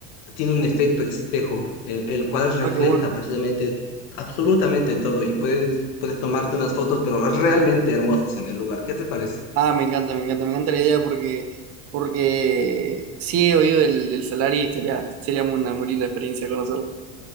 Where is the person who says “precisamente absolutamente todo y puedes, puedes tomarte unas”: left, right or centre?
Left